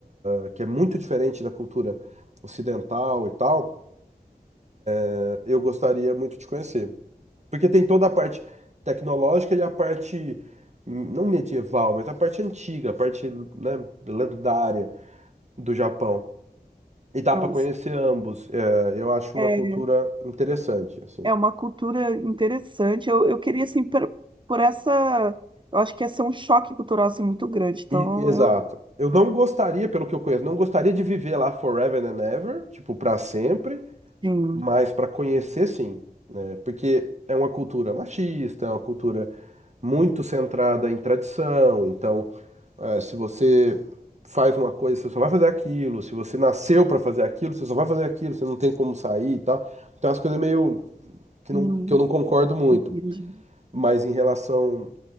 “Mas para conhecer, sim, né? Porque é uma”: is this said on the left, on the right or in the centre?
Right